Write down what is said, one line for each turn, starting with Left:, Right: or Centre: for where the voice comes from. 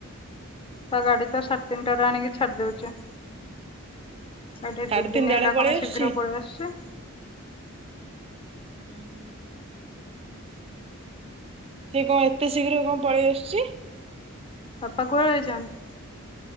Left: ତା ଗାଡି ତ ସାଢେ ତିନିଟାରେ ଆଣିକି ତ ଛାଡିଦଉଚି। ଏଠି
Right: ସାଢେ
Left: ଦିଦିନ
Right: ତିନିଟା
Left: ହେଲା
Right: ବେଳେ ପଳେଇ
Left: କଣ ଶୀଘ୍ର
Right: ଆସୁଛି।
Left: ପଳେଇ ଆସୁଚି।
Right: ହୁଁ ହୁଁ। ସେ କଣ ଏତେ ଶୀଘ୍ର କଣ ପଳେଇ ଆସୁଚି।
Left: ବାପା କୁଆଡ଼େ ଯାଇଚନ୍ତି?